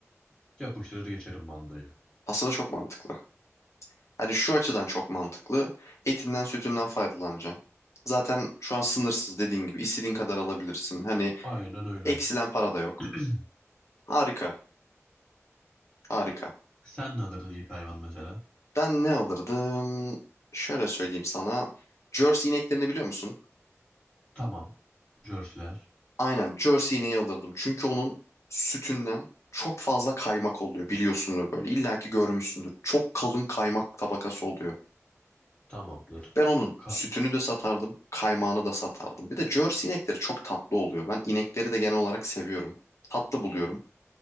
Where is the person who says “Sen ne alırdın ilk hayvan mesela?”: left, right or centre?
Left